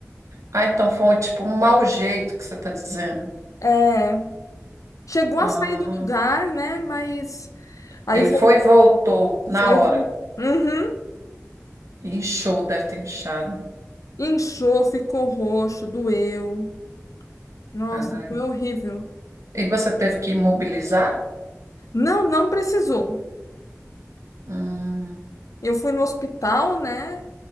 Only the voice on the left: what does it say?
É, chegou
a sair do lugar, né, mas aí
vol-
foi.
Uhum.
Inchou, ficou roxo, doeu. Nossa,
foi horrível.
Não, não precisou.
Eu fui no hospital, né?